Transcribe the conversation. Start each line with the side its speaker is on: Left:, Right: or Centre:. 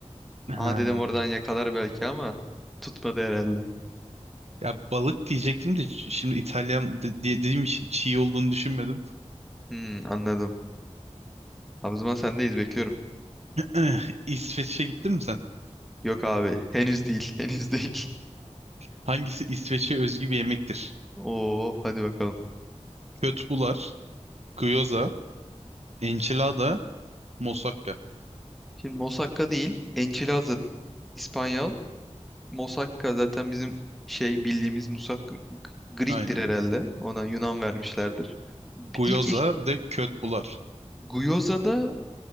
Right: Ha.
Centre: Aa dedim oradan yakalar belki ama tutmadı herhalde.
Right: Ya balık diyecektim de ş- şimdi İtalyan de- diye dediğim için çiğ olduğunu düşünmedim.
Centre: Hmm, anladım. Abi o zaman sendeyiz bekliyorum.
Right: Eh, İsveç'e gittin mi sen?
Centre: Yok abi henüz değil <laughs> henüz değil.
Right: Hangisi İsveç'e özgü bir yemektir?
Centre: Oo hadi bakalım.
Right: Kötbular, gyoza, enchilada, moussaka.
Centre: Şimdi Mosakka değil. Enchilada İspanyol. Mosakka zaten bizim şey bildiğimiz musak Greek'tir
Right: Aynen.
Centre: herhalde. Ona Yunan vermişlerdir.
Right: Gyoza
Centre: İlk, ilk
Right: bir de kötbular.
Centre: Gyoza da